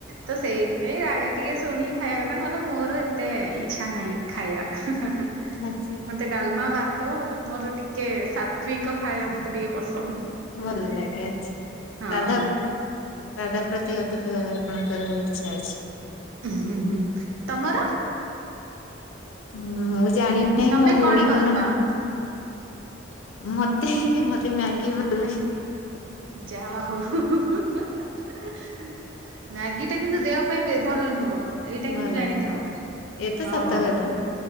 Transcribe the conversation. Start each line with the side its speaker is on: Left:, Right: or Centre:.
Right: ତ ସେଇ ଇ ରାଗ ଟିକେ ଶୁଣିିକି ଖାଇବା କଥା ନହେଲେ ମୋର ହେତେ ଇଚ୍ଛା ନାହିଁ ଖାଇବା।
Left: ଆଚ୍ଛା
Right: ମତେ ଡାଲମା ଭାତ ମୋର ଟିକେ ସାତ୍ତ୍ୱିକ ଖାଇବା ମତେ ଟିକେ ପସନ୍ଦ।
Left: ଭଲ ଲାଗେ ଆଛା
Right: ହଁ
Left: ସାଧା ସାଧା ପ୍ରତି ଅଧିକ ଆପଣଙ୍କର ଇଚ୍ଛା ଅଛି।
Right: ହୁଁ ହୁଁ ହୁଁ ତମର
Left: ହୁଁ ମୁଁ ଜାଣିିନାହିଁ
Right: ତମେ
Left: ମୋ ଭଉଣୀ
Right: ଭଲ
Left: କଣ
Right: ପାଅ
Left: ବନେଇ ଥିବେ। ମତେ ମତେ ମ୍ୟାଗି ଭଲଲାଗେ।
Right: ଯା ହୋଉ ମ୍ୟାଗି ଟା କିନ୍ତୁ ଦେହ ପାଇଁ ଭଲ ନୁହଁ ଏଇଟା
Left: ଭଲ
Right: କିନ୍ତୁ ଜାଣିଥାଅ
Left: ଏ ତ
Right: ହଁ।
Left: ସତ କଥା